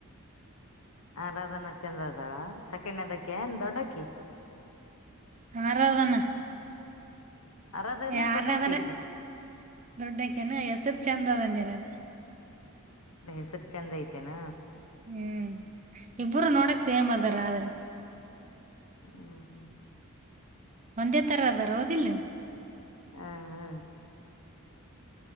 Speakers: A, on the left; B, on the right.
A: ಆ ರಾಧನಾ ಚಂದ್ರ ಅದಾಳ ಸಕಣ್ಣದಕ್ಕಿ ಏನ್ ದೊಡ್ಡಕ್ಕಿ
B: ಆರಧಾನ
A: ಆರಾಧನಾ
B: ಯಾರ್ನದಾನ
A: ದೊಡ್ಡಕ್ಕಿ ಅಕಿ
B: ದೊಡ್ಡಕನ ಹೆಸರು ಚೆಂದ ಅದಂದನ
A: ಹೆಸರ ಚೆಂದ ಐತೆೇನ.
B: ಹ್ಮ್ ಇಬ್ಬರು ನೋಡಕ್ ಸೇಮ್ ಅದಾರ ಆದ್ರೆ.
A: ಹ್ಮ ಹ್ಮ
B: ಒಂದೇ ತರ ಅದರ ಹೌದಿಲ್ಲ.
A: ಹಾ ಹಾ